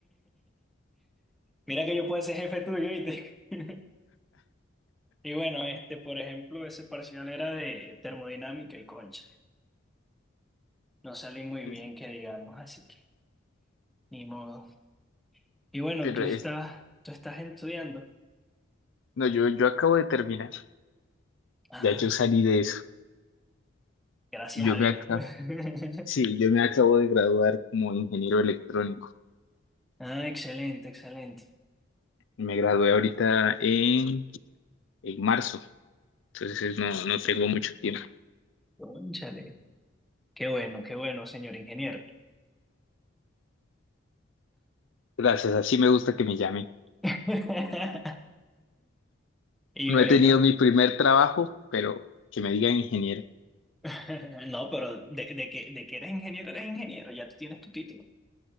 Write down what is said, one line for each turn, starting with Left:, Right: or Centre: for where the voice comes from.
Centre: Mira que yo puedo ser jefe tuyo, ¿viste? <laughs> Y bueno, este, por ejemplo, ese parcial era de termodinámica y concha. No salí muy
Left: Mm,
Centre: bien, que digamos, así que ni modo. Y bueno,
Left: Pero
Centre: tú
Left: es-
Centre: estás, tú estás estudiando.
Left: no, yo, yo acabo de terminar.
Centre: Ah,
Left: Ya yo salí de eso.
Centre: gracias
Left: Yo
Centre: a Dios.
Left: me acabo,
Centre: <laughs>
Left: sí, yo me acabo de graduar como ingeniero electrónico.
Centre: Ah, excelente, excelente.
Left: Me gradué ahorita en, en marzo. Entonces no, no tengo mucho tiempo.
Centre: Cónchale. Qué bueno, qué bueno, señor ingeniero.
Left: Gracias, así me gusta que me llamen.
Centre: <laughs> Y
Left: No
Centre: bueno,
Left: he tenido mi primer trabajo, pero que me digan ingeniero.
Centre: <laughs> no, pero de, de que, de que eres ingeniero, eres ingeniero, ya tú tienes tu título.